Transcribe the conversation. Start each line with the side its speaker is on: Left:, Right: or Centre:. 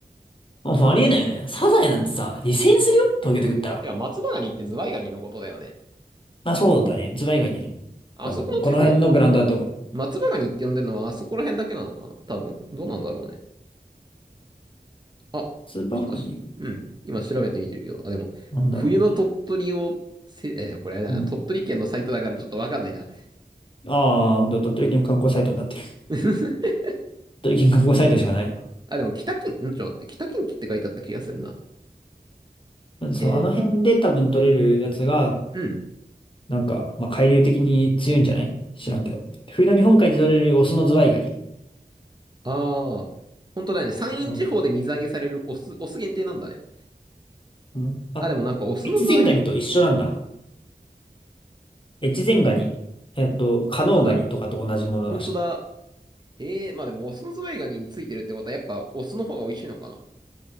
Left: まあ、もうありえないよね。サザエなんてさ、2000円するよ東京で食ったら。
Right: でも、<laughs> では松葉ガニってズワイガニのことだよね。
Left: まあ、そうだね。ズバ以外にいるの。
Right: あそこの地方、
Left: 多分、この辺のブランドだと思う。
Right: ん松葉ガニって呼んでるのはあそこら辺だけなのかな多分。どうなんだろうね。あ、
Left: スーパーファニ
Right: ちょっとし、うん。今調べてみてるけど。あ、でも、
Left: ー。なんだろうね。
Right: 冬の鳥取を、せ、え、これあれだな。
Left: うん。
Right: 鳥取県のサイトだからちょっとわかんないな。
Left: ああ、ほんと、鳥取県観光サイトになってる。
Right: <laughs>
Left: 鳥取県観光サイトしかない
Right: あ、でも北近、んちょっと待って。北近畿って書いてあった気がするな。
Left: な。そう、
Right: えー
Left: あの辺で多分取れるやつが
Right: うん。
Left: なんか、まあ、海流的に強いんじゃない知らんけど。冬の日本海で取れるオスのズワイガニ。
Right: ああ、本当だね。山陰地方で水揚げされるオス、
Left: なるほど。
Right: オス限定なんだね。
Left: うんあ、
Right: あ、でもなんかオスのズワイ、
Left: 越前ガニと一緒なんだ。越前ガニ。えっと、加能ガニとかと同じものだし。
Right: 本当だ。本当だ。へえ、まあでもオスのズワイガニについてるってことはやっぱオスの方が美味しいのかな